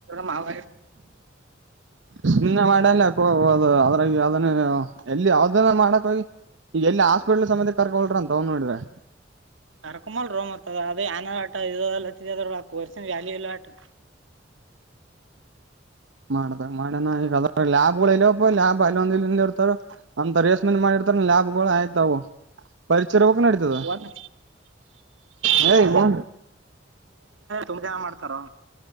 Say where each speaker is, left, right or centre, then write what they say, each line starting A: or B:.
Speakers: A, on the right; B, on the right.
A: ಮಾವ
B: ಸುನ್ನ ಮಾಡಲ್ಲದು ಅದ್ರಾಗ ಅದ ಎಲ್ಲಿ ಯಾವ್ದ ಇದನ್ನ ಮಾಡಕ್ ಹೋಗಿ ಈಗ ಎಲ್ಲಿ ಹಾಸ್ಪಿಟ್ಲ್ ಸಮೇ ಕರ್ಕೊಲ್ರ ಅಂತ ಅವ್ ನೋಡಿದ್ರೆ
A: ಕರ್ಕೊಲ್ ರೋತ್ತದ ಅದೇ ಆನ ಆಟ ಇ ಕೊರ್ಸನ್ ಜ್ಯಾಲಿ ಎಲ್ಲಟ
B: ಮಾಡದಾಗ ಮಾಡ್ಯನ ಈಗದ ಲ್ಯಾಬ್ಗಳು ಇಲ್ಪ್ಪ ಲಬ್ ಅಲ್ಲಿ ಒಂದ ಇಂದ ಇರ್ತಾರ ಅಂತ ಮಾಡಿರ್ತಾರ ಲಾಭಳು ಆಯ್ತ ಅವು ಪರಿಚಯ ಹೋಗಕ ನಡತದ
A: ಒಂದ್
B: ನ
A: ತುಂಬ ಜನ ಮಾಡ್ತಾರೋ